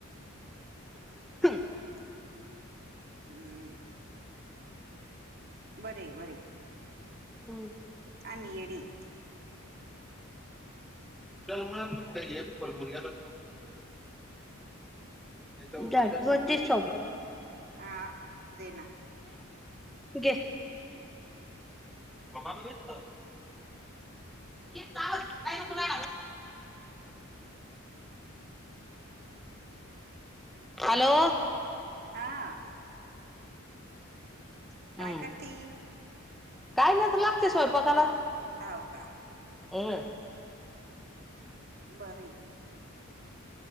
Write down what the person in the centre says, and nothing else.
<inaudible>
हो
<unintelligible> <unintelligible>
गे त एक तास कायकला <inaudible> हॅलो
हम्म
काय नाही तर लागते स्वयंपाकाला.
हमं